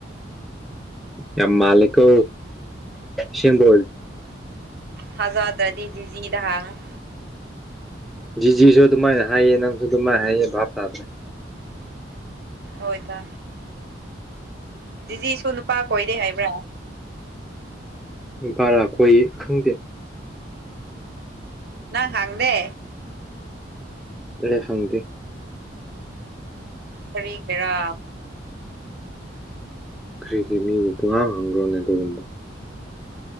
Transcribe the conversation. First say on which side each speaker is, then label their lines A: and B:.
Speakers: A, in the centre; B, on the right.
A: ꯌꯥꯝ ꯃꯥꯂꯤꯀꯣ ꯁꯦꯝꯗꯣ
B: ꯊꯥꯖꯥꯗ꯭ꯔꯗꯤ ꯖꯤꯖꯤꯗ ꯍꯥꯡꯉꯨ
A: ꯖꯤꯖꯤꯁꯨ ꯑꯗꯨꯃꯥꯏꯅ ꯍꯥꯏꯌꯦ ꯅꯪꯁꯨ ꯑꯗꯨꯃꯥꯏꯅ ꯍꯥꯏꯌꯦ ꯚꯥꯞ ꯇꯥꯗ꯭ꯔꯦ
B: ꯍꯣꯏꯗꯥ ꯖꯤꯖꯤꯁꯨ ꯅꯨꯄꯥ ꯀꯣꯏꯗꯦ ꯍꯥꯏꯕ꯭ꯔꯥ
A: ꯅꯨꯄꯥꯔ ꯀꯣꯏꯌꯦ ꯈꯪꯗꯦ
B: ꯅꯪ ꯍꯪꯗꯦ
A: ꯑꯩ ꯍꯪꯗꯦ
B: ꯀꯔꯤ ꯒꯤꯔꯥ
A: ꯀ꯭ꯔꯤꯒꯤ ꯃꯤꯕꯨ ꯄꯨꯡꯉꯥꯡ ꯍꯪꯕ꯭ꯔꯣꯅꯦ ꯑꯗꯨꯒꯨꯝꯕ